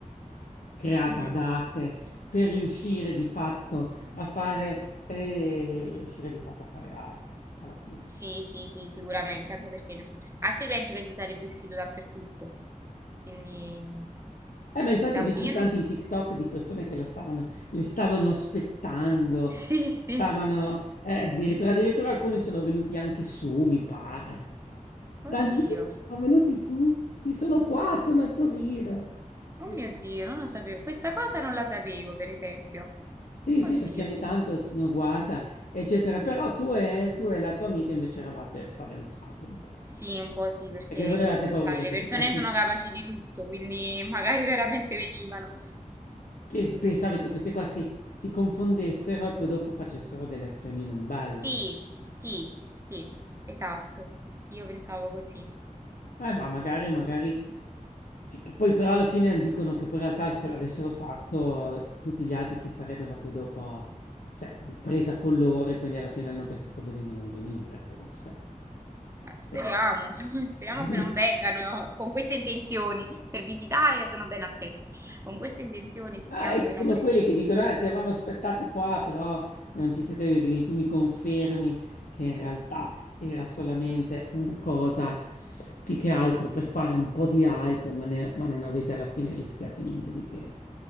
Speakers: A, on the left; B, on the right.
A: creata
B: Mhm.
A: da arte per riuscire di fatto a fare, eh, riuscire di fatto a fare hype alla fine.
B: Sì, sì, sì, sicuramente, anche perché altrimenti penso sarebbe uscito dappertutto. Quindi
A: Eh, ma infatti
B: da-
A: ho visto
B: io
A: tanti
B: non... <laughs>
A: TikTok di persone che la stavano, le stavano aspettando,
B: Sì, sì.
A: stavano, eh, addirittura, addirittura alcuni sono venuti anche su, mi pare. Da
B: Oddio.
A: giù sono venuti su, sì, sono qua, sono a Torino. Che-
B: Oh mio Dio, non lo sapevo. Questa cosa non la sapevo, per esempio.
A: Sì,
B: Oddio.
A: sì, perché ogni tanto uno guarda, eccetera. Però tu e, tu e la tua amica invece eravate spaventate un po'.
B: Sì, un po' sì, perché,
A: Perché voi avevate paura
B: sai,
A: che
B: le
A: questi
B: persone
A: qua si,
B: sono capaci di tutto, quindi <laughs> magari veramente venivano.
A: che
B: Quindi...
A: pensavi che questi qua si, si confondessero e poi dopo facessero delle azioni non belle.
B: Sì, sì, sì, esatto. Io pensavo così.
A: Eh, ma magari, magari, sì, che poi però alla fine dicono che poi in realtà se l'avessero fatto eh, tutti gli altri si sarebbero poi dopo, cioè, presa con loro e quindi alla fine hanno pensato bene di non venire, forse.
B: Ma speriamo,
A: Perché...
B: <laughs> speriamo
A: <laughs>
B: che non vengano con queste intenzioni. Per visitare sono ben accetti. Con queste intenzioni speriamo
A: Ah, e
B: che
A: ci sono
B: non vengano.
A: quelli che dicono: eh, ti avevamo aspettati qua, però non ci siete venuti. Tu mi confermi che in realtà era solamente una cosa più che altro per fare un po' di hype, ma, ne- ma non avete alla fine rischiato niente di che.